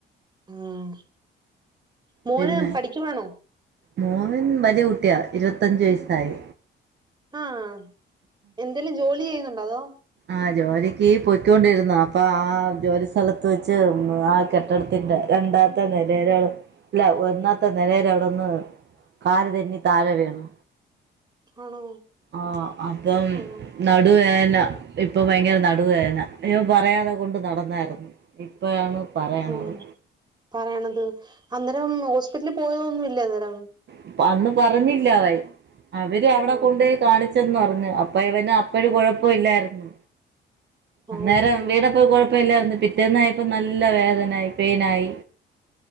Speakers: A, on the right; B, on the right.
A: ഉം മോന്
B: പിന്നെ
A: പഠിക്കുവാണോ?
B: മോൻ വലിയ കുട്ടിയ ഇരുപത്തഞ്ചു വയസ്സായി.
A: ആഹ് എന്തേലും ജോലി ചെയ്യുന്നുണ്ടോ അതോ.
B: ആഹ് ജോലിക്ക് പൊയ്ക്കൊണ്ടിരുന്നതാ അപ്പൊ ആ ജോലി സ്ഥലത്ത് വെച്ച് ആക്ക് കെട്ടിടത്തിന്റെ രണ്ടാമത്തെ നിലേടെ അവ് അല്ല ഒന്നാത്തെ നിലേടെ അവിടെന്ന്. കാല് തെന്നി താഴെ വീണു
A: ആണോ
B: ആഹ് അപ്പം.
A: ഉം
B: നടുവേന ഇപ്പൊ ഭയങ്കര നടുവേന അഹ് ഞാൻ പറയാതെ കൊണ്ട് നടന്നായിരുന്നു. ഇപ്പോഴാണ് പറയണത്
A: ആഹ് പറയണത് അന്നേരം ഹോസ്പിറ്റലിൽ പോയതൊന്നുല്ലേ അന്നേരം.
B: അപ്പം അന്ന് പറഞ്ഞില്ല അവൻ അവര് അവിടെ
A: ആഹ്
B: കൊണ്ടോയി കാണിച്ച് <unintelligible> പറഞ്ഞു അപ്പ ഇവന് അപ്പഴും കുഴപ്പില്ലായിരുന്നു
A: ഓ
B: അന്നേരം വീണപ്പോ കൊഴപ്പ പ്പല്ലാരുന്നു പിറ്റേന്നായപ്പം നല്ല വേദനായി പെയിനായി.